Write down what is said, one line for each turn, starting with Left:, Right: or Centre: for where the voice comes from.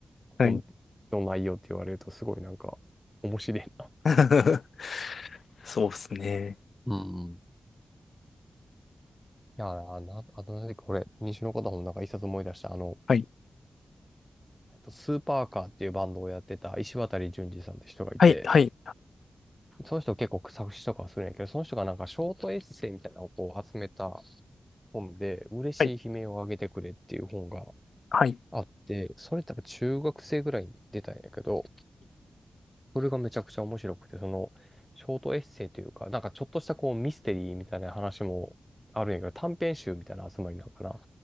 Centre: 本の内容って言われるとすごいなんか面白いな。
Left: はい。<laughs> そうっすね。
Centre: うんうん。いや、あな、あとなんかこれ、西の方本の中一冊思い出した、あの、
Left: はい。
Centre: えっとスーパーカーっていうバンドをやってた石渡淳二さんって人がいて、
Left: はい。はい。
Centre: その人結構作詞とかはするんやけど、その人がなんかショートエッセイみたいなのをこう集めた本で、嬉しい悲鳴をあげてくれっていう本が
Left: はい。はい。
Centre: あって、それ多分中学生ぐらいに出たんやけど、それがめちゃくちゃ面白くて、その、ショートエッセイというか、なんかちょっとしたこうミステリーみたいな話もあるんやけど、短編集みたいな集まりなのかな。